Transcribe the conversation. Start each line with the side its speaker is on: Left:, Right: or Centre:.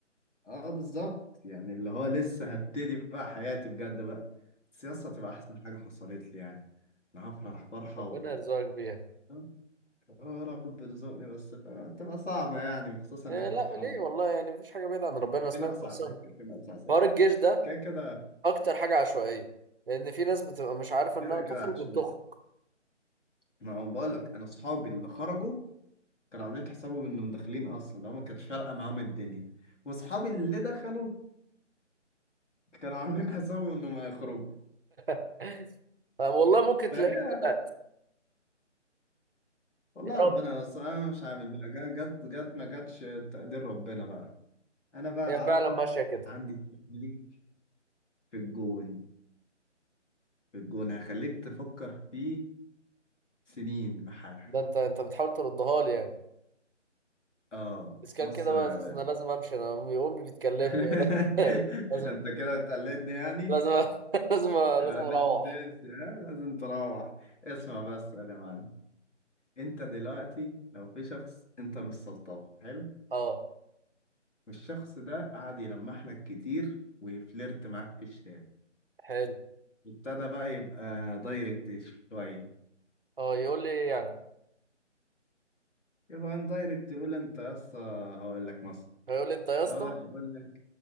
Left: اه بالظبط يعني اللي هو لسه هبتدي بقى حياتي بجد بقى السياسه هتبقى احسن حاجه حصلت لي يعني انا هفرح فرحه
Right: ربنا
Left: و
Right: يرزقك بيها
Left: آه، يا رب رزقني بس فاهم؟ تبقى صعبه يعني وخصوصا
Right: إيه
Left: ان احنا
Right: لا
Left: في حرب
Right: ليه والله يعني مفيش حاجة بعيدة عن ربنا أنا سمعت
Left: فينا اصعب
Right: أصلا
Left: ساكر فينا اصعب ساكر
Right: حوار الجيش ده
Left: كده كده
Right: أكتر حاجة عشوائية لأن في ناس بتبقى مش عارفة
Left: كده
Right: إنها تخرج
Left: كده عشوائي
Right: وبتخرج
Left: ما هو بقول لك انا اصحابي اللي خرجوا كانوا عاملين حسابهم انهم داخلين اصلا لو ما كانت فارقه معاهم الدنيا واصحابي اللي دخلوا كانوا عاملين حسابهم انهم ما يخرجوا
Right: <laughs> والله ممكن تلاقيك
Left: فهي
Right: طلعت
Left: والله
Right: يا
Left: ربنا
Right: رب
Left: بس انا مش عامل بقى جا- جت جت ما جاتش تقدير ربنا بقى انا بقى
Right: هي فعلا
Left: عارفه
Right: ماشية كده
Left: عندي ليك في الجون في الجون هخليك تفكر فيه سنين بحالها
Right: ده أنت أنت بتحاول تردها لي يعني
Left: اه
Right: بس كان
Left: بص
Right: كده
Left: بقى
Right: بقى أساس
Left: يا باشا
Right: أنا لازم أمشي أنا أمي أمي بتكلمني
Left: <laughs>
Right: <laughs> لازم
Left: انت كده هتقلدني يعني
Right: لازم <laughs> لازم
Left: آه،
Right: لازم أروح
Left: لازم تقيس آه، لازم تروح اسمع بس يا معلم انت دلوقتي لو في شخص انت مش سلطبه حلو
Right: أه
Left: والشخص ده قعد يلمح لك كتير ويفلرت معاك في الشارع
Right: حلو
Left: ابتدى بقى يبقى دايركت شويه
Right: أه يقول لي إيه يعني
Left: يبقى ان دايركت يقول انت يا اسطى هقول لك مثلا
Right: هيقول لي انت يا اسطى
Left: لو يقول
Right: <laughs>
Left: لك